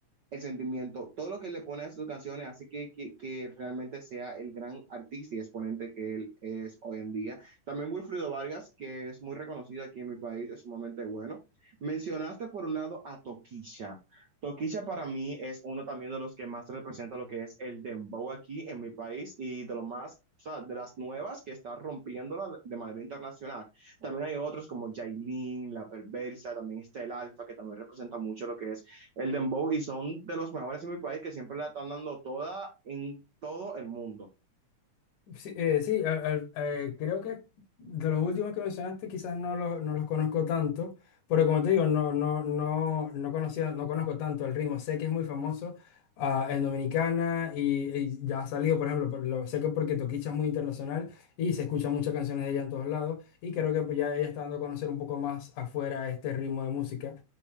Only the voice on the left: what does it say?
Sí, eh, sí, al- al- eh, creo que de los últimos que mencionaste quizás no, lo- no los conozco tanto, porque como te digo, no, no, no, no conocía, no conozco tanto el ritmo. Sé que es muy famoso ah, en Dominicana y, y ya ha salido, por ejemplo, por lo- sé que porque Toquicha es muy internacional y se escuchan muchas canciones de ella en todos lados y creo que pues, ya ella está dando a conocer un poco más afuera este ritmo de música